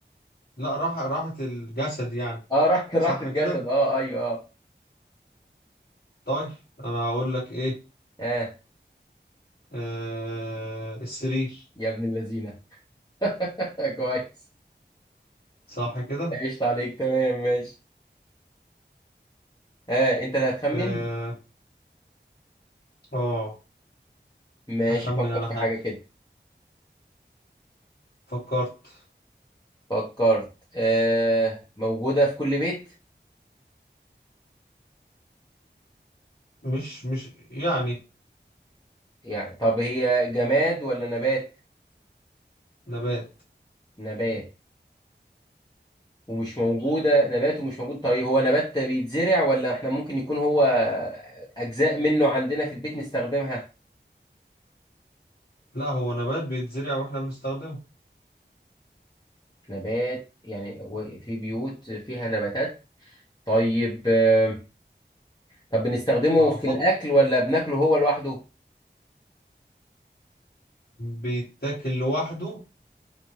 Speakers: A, on the left; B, on the left.
A: لا راحة راحة الجسد يعني
B: <laughs> اه راحة راحة
A: صح
B: الجسد
A: كده
B: اه ايوه اه
A: طيب انا هقول لك ايه
B: اه
A: آه السرير
B: يا ابن اللذينة <laughs> كويس
A: صح كده
B: عشت عليك تمام ماشي آه انت اللي هتخمن
A: اه آه.
B: ماشي
A: اخمن
B: فكر
A: انا حاجة
B: في حاجة كده
A: فكرت
B: فكرت آه موجودة في كل بيت
A: مش مش يعني
B: يعني طب هي جماد ولا نبات
A: نبات
B: نبات ومش موجودة نبات ومش موجود طيب هو نبات بيتزرع ولا احنا ممكن يكون هو أجزاء منه عندنا في البيت نستخدمها
A: لا هو نبات بيتزرع واحنا بنستخدمه
B: نبات يعني و- في بيوت فيها نباتات طيب آه طب بنستخدمه
A: ما هو
B: في
A: فكر
B: الأكل ولا بناكله هو لوحده
A: بيتاكل لوحده